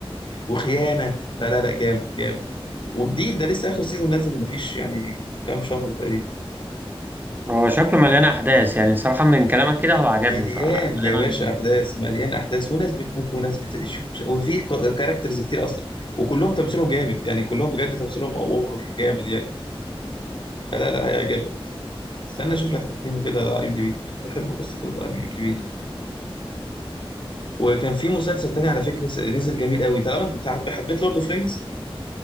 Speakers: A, on the left (about 55°); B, on the right (about 20°).
A: وخيانه فلا لا جامد جامد وجديد ده لسه اخر سيزون نازل مفيش يعني كام شهر تقريبا
B: هو شكله مليان أحداث يعني صراحة من كلامك كده هو عجبني
A: مليان
B: فغالبا
A: يا باشا احداث مليان احداث وناس بتموت وناس بتعيش ومش- وفي كاركترز كتير اصلا وكلهم تمثيلهم جامد يعني كلهم بجد تمثيلهم اوفر جامد يعني فلا لا هيعجبك استنى اشوف لك تقييمه كده على اي ام دي بي بحب ابص كده على اي ام دي بي وكان في مسلسل تاني على فكره س- نزل جميل قوي طالما انت حب- حبيت لورد اوف رينجز